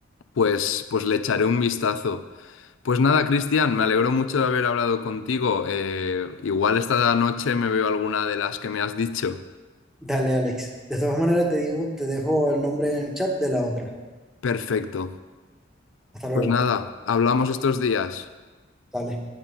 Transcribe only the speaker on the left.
Pues, pues le echaré un vistazo. Pues nada, Cristian, me alegro mucho de haber hablado contigo. Eh, igual esta noche me veo alguna de las que me has dicho.
Perfecto.
Pues
nada, hablamos estos días.